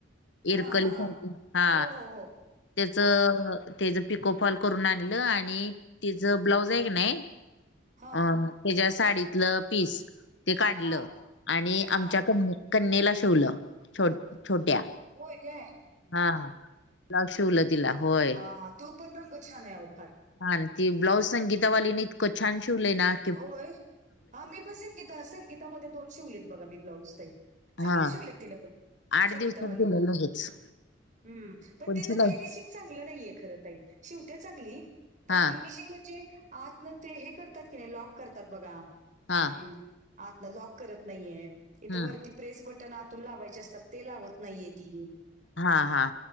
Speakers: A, on the right; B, on the left.
A: हा
B: इरकली
A: हा
B: सांरखी
A: हा
B: हा
A: हो हो हो
B: त्यांचं.
A: हा
B: त्यांचं पिको फॉल करूंन आणलं आणि तिचं ब्लाउज आहे की नाहीं.
A: हा
B: अं त्यांच्या सांडीतलं पीस ते काढलं
A: हा
B: आणि आमच्या
A: हा
B: कनी. कन्येला शिवलं छो छोट्यां.
A: होयं कायं.
B: हां ब्लाऊज शिवलं तिलां होयं.
A: हां तो पणं रंग छान आहे हो फांर.
B: हां ती ब्लाऊज संगीतावानलीने इतकं छान शिवले नां.
A: होयं हां मी पणं संगीता संगीतामध्यें दोन शिवली बघां मी ब्लांऊज तही. चांगले
B: हा
A: शिवलेत तिनं पणं
B: आठ
A: संगीतावांलीनी.
B: दिवसात दिलं लगेच
A: हम्मं पणं
B: पण
A: त्यांचं
B: शिलाई
A: फिनिशिंग चांगलं नाहींये खरं. शिवतांत चांगली पणं
B: हा
A: फिनिशिंग म्हणजे आंत नं हे करतांत. लॉक करतांत बघां हम्मं
B: हा
A: आंत नं लॉक करतं नाहींये इथे
B: हम्म
A: वरती. प्रेस बटंन आतूंन लावांयचे असतांत ते लावतं नाहींये ती.
B: हा हा